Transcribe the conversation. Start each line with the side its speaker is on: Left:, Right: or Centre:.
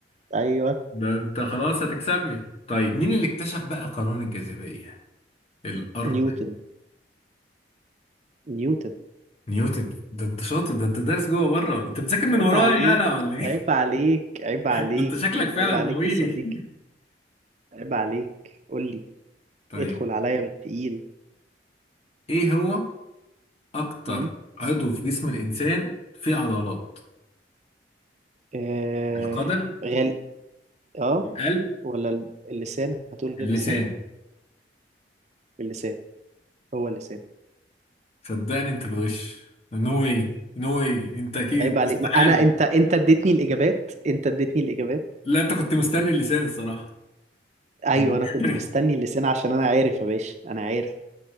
Right: ايوه
Left: ده انت خلاص هتكسبني طيب مين اللي اكتشف بقى قانون الجاذبية الارض
Right: نيوتن نيوتن
Left: نيوتن ده انت شاطر ده انت دارس جوه بره ولا انت بتذاكر من
Right: عيب
Left: ورايا
Right: عليك
Left: انا ولا ايه
Right: عيب عليك عيب
Left: <laughs>
Right: عليك
Left: ده انت شكلك فعلا
Right: عيب
Left: ناويلي
Right: عليك يا صديقي
Left: <laughs>
Right: عيب عليك قول لي
Left: طيب
Right: ادخل عليا بالتقيل
Left: ايه هو اكتر
Right: م?
Left: عضو في جسم الانسان فيه عضلات
Right: آه
Left: القدم
Right: غل اه
Left: القلب
Right: ولا اللسان هتقول
Left: اللسان
Right: اللسان اللسان هو اللسان
Left: صدقني انت بتغش نو واي نو واي انت اكيد
Right: عيب عليك
Left: استحالة
Right: ما انا انت انت اديتني الاجابات انت اديتني الاجابات
Left: لا انت كنت مستني اللسان الصراحة
Right: ايوه
Left: يعني.
Right: انا
Left: <laughs>
Right: كنت مستني اللسان عشان انا عارف يا باشا انا عارف